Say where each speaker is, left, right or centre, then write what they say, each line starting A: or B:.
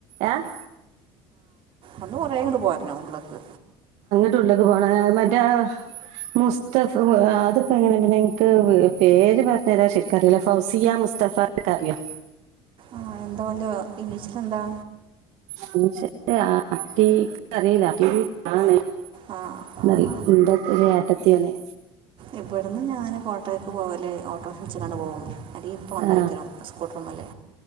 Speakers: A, on the right (about 70°); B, on the right (about 45°).
A: ഏഹ്
B: അന്ന് കൊറേങ്ങ് പോരണം ഉള്ളക്ക്
A: ള്ളത് പോണ് മറ്റാ മുസ്തഫ ആ അതിപ്പങ്ങനെ ഇൻക്ക് പേര് പറഞ്ഞരാൻ ശെരിക്കറില്ല ഫൗസിയ മുസ്ത മുസ്തഫ കറിയോ
B: ആ എന്താ ഓന്റെ ഇനീഷല് എന്താ
A: പൂച്ചനെ ആട്ടി ഇനിക്കറില ഉം ആണ്
B: ആ
A: ന്നാല്
B: ആ, ആ,
A: കൊണ്ടാക്കല് ഏട്ടത്യാണ്
B: ഇവിടന്ന് ഞാൻ കോട്ടയക്ക് പോകല് ഓട്ടർഷളിച്ചാണ്ട് പോകും അല്ലങ്കിൽ ഇപ്പ കൊണ്ടാക്കി
A: ആ
B: തരും സ്കൂട്ടർമല്